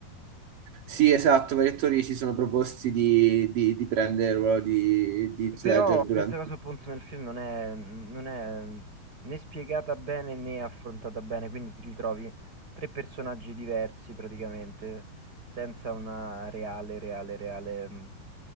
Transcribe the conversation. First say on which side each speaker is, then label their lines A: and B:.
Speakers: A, on the right; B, on the right.
A: Sì, esatto, vari attori si sono proposti di, di, di prendere il ruolo di, di Heath
B: Però
A: Ledger durante
B: questa cosa appunto nel film non è, non è né spiegata bene né affrontata bene, quindi ti ritrovi tre personaggi diversi praticamente, senza una reale, reale, reale, mh,